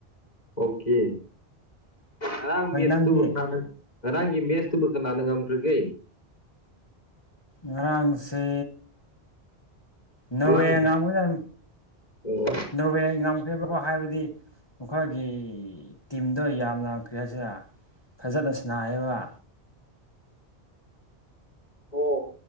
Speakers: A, on the left; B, on the left.
A: ꯑꯣꯀꯦ ꯑꯔꯥꯡ
B: ꯍꯣꯏ
A: ꯃꯦꯆꯇꯕꯨ
B: ꯅꯪꯗꯤ
A: ꯈꯔꯥꯡ ꯏꯃꯦꯦꯁꯇꯕꯨ ꯀꯅꯥꯅ ꯃꯈ꯭ꯔꯒꯦ
B: ꯉꯔꯥꯡꯁꯦ ꯅꯣꯔꯋꯦ
A: ꯍꯂꯥꯟ
B: ꯑꯉꯥꯡꯝ ꯌꯥꯝ
A: ꯑꯣ
B: ꯅꯣꯔꯋꯦꯝ ꯐꯦꯕꯀꯣ ꯍꯥꯏꯕꯗꯤ ꯑꯩꯈꯣꯏꯒꯤ ꯇꯤꯝꯗ ꯌꯥꯝꯅ ꯀ꯭ꯔꯤꯁꯤꯗ ꯐꯖꯅ ꯁꯅꯥꯕ
A: ꯑꯣ